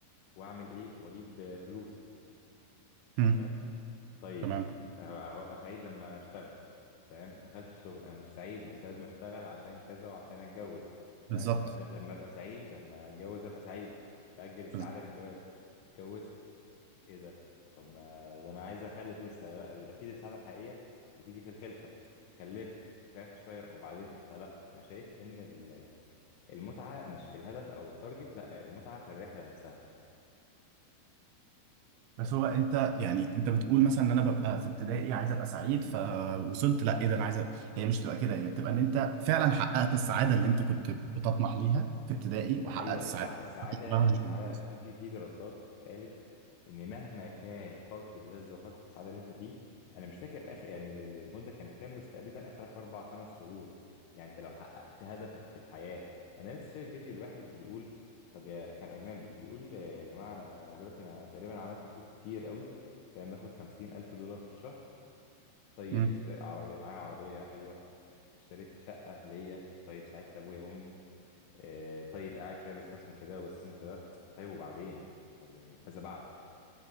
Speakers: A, on the left; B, on the right.
A: واعمل ايه واجيب آه، فلوس
B: مم.
A: تمام طيب
B: تمام
A: آه، هبقى سعيد لما اشتغل تمام دخلت الشغل انا مش سعيد بس لازم اشتغل عشان كذا وعشان اتجوز تمام
B: بالظبط
A: لما ل- لما ابقى سعيد لما اتجوز ابقى سعيد فاجل السعاده
B: بالظبط.
A: للجواز اتجوزت ايه ده طب ما ده انا عايز اخلف لسه لا ال- اكيد السعاده الحقيقيه هتيجي في الخلفه خلفت فرحت شويه وبعدين فلا انا شايف ان ال- المتعه مش في الهدف او التارجت لا المتعه في الرحله نفسها
B: بس هو انت يعني انت بتقول مثلا ان انا ببقى في ابتدائي عايز ابقى سعيد فوصلت لا ايه ده انا عايز أ- هي مش بتبقى كده هي بتبقى ان انت فعلا حققت السعاده اللي انت كنت بتطمح ليها في ابتدائي وحققت
A: ايوه
B: السعاده
A: السع...
B: اللي
A: السعاده
B: كنت بتطمح
A: السعاده
B: لها في الجامعة.
A: في في في دراسات قالت ان مهما كان فرط اللذه فرط السعاده اللي انت فيه انا مش فاكر اخر يعني ال- ال- المده كانت كام بس تقريبا اخرك اربع خمس شهور يعني انت لو حققت هدفك في الحياه انا لسه شايف فيديو الواحد بيقول طب يا كان اجنبي بيقول آه، يا جماعه انا أنا دلوقتي انا تقريبا عملت فلوس كتير قوي تمام باخد خمسين الف دولار في الشهر طيب
B: مم.
A: اشتريت عربية معايا عربيه حلوه اشتريت شقه ليا طيب ساعدت ابويا وامي آه، طيب قاعد شويه بستثمر في ده وبستثمر في ده طيب وبعدين طب يعني ماذا بعد